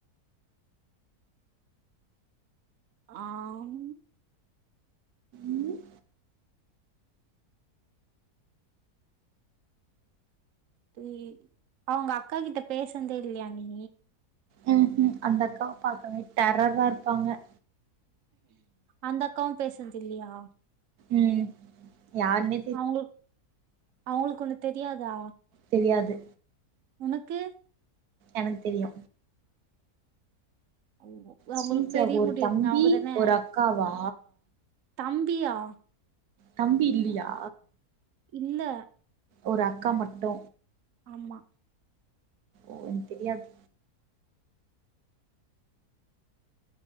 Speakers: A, on the right; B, on the right.
A: ஆம்
B: ம்
A: <unintelligible> அவுங்க அக்கா கிட்ட பேசுன்தே இல்லயா நீ
B: ம் உ அந்த அக்காவ பாக்கவே டெரர்ரா இருப்பாங்க
A: அந்த அக்காவு பேசுன்தில்லயா
B: ம் யார்மே
A: அவ்ங்ளுக் அவ்ங்களுக்கு உன்ன தெரியாதா
B: தெரியாது
A: உனக்கு
B: எனக்கு தெரியு
A: அவ்ங்கோ அவ்ங்களுக்கு
B: ஸ்ரீஜாக்கு
A: பெரிய
B: ஒரு
A: முடி இருக்குமே
B: தம்பி
A: அவுங்கதான
B: ஒரு அக்காவா
A: தம்பியா
B: தம்பி இல்லியா
A: இல்ல
B: ஒரு அக்கா மட்டு
A: ஆமா
B: ஓம் தெரியாத்